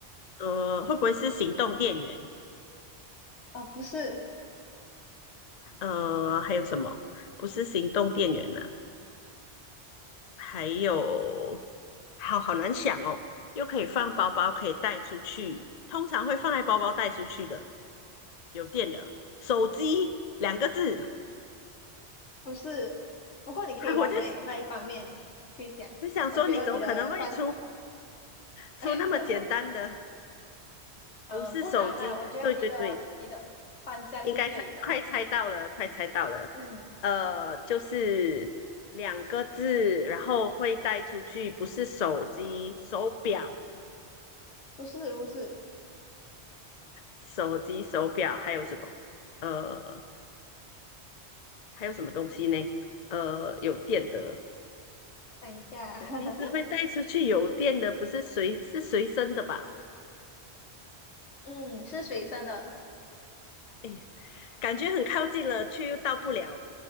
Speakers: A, on the left; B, on the left.
A: 呃，会不会是行动电源？
B: 啊、不是
A: 呃，还有什么？不是行动电源呢、还有，好好难想哦。又可以放包包，可以带出去，通常会放在包包带出去的，有电的手机两个字。<laughs>
B: 不是，不过你可以往那那一方面去想，
A: 啊，我就我想说，
B: 我觉得你的方，
A: 你怎么可能会出出那么简单的？
B: <laughs>
A: 不是手机，
B: 呃，不难啦，我觉得你的你的方向是对的，
A: 对对对，应该猜，快猜到了，快猜到了。
B: 嗯，
A: 呃，就是两个字，然后会带出去，不是手机、手表、
B: 不是不是，
A: 手机、手表，还有什么？呃，还有什么东西呢？呃，有电的，
B: 等一下，<laughs>
A: 我平时会带出去有电的，不是随是随身的吧？
B: 嗯，是随身的，
A: 哎呀，感觉很靠近了，却又到不了，